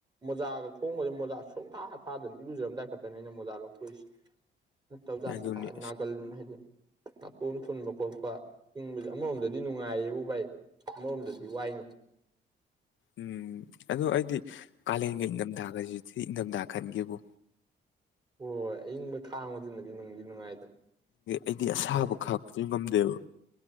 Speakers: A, on the right (about 20°); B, on the left (about 75°).
A: ꯃꯣꯖꯥꯒ ꯈꯣꯡꯒꯁꯦ ꯃꯣꯖꯥ ꯁꯨꯡꯊꯥ ꯊꯥꯗꯅ ꯏꯔꯨꯖꯔꯝꯗꯥꯏ ꯈꯛꯇꯅꯦ ꯑꯩꯅ ꯃꯣꯖꯥ ꯂꯧꯊꯣꯛꯏꯁꯦ ꯇꯧꯖꯁꯤ
B: ꯑꯗꯨꯅꯤ
A: ꯊ ꯀ ꯍꯥꯏꯗꯤꯦ ꯅꯥꯀꯣꯝ ꯊꯨꯟꯕ ꯈꯣꯠꯄ ꯏꯪꯕꯁꯦ ꯑꯃꯔꯣꯝꯗꯗꯤ ꯅꯨꯡꯉꯥꯏꯌꯦꯕꯨ ꯚꯥꯏ ꯑꯃꯔꯣꯝꯗꯗꯤ ꯋꯥꯏꯅꯤ
B: ꯎꯝ ꯑꯗ ꯑꯩꯗꯤ ꯀꯥꯂꯦꯟꯒ ꯏꯪꯊꯝꯊꯥꯒꯁꯤꯗꯤ ꯏꯪꯊꯝꯊꯥ ꯈꯟꯒꯕꯨ
A: ꯍꯣꯏ ꯍꯣꯏ ꯑꯌꯪꯕ ꯊꯥꯡꯉꯗꯨꯅꯗꯤ ꯅꯨꯡꯗꯤ ꯅꯨꯡꯉꯥꯏꯗꯅ
B: ꯑꯩꯗꯤ ꯑꯁꯥꯕ
A: ꯍꯥꯏꯗꯤ
B: ꯈꯥꯛꯇꯁꯨ ꯉꯝꯗꯦꯕ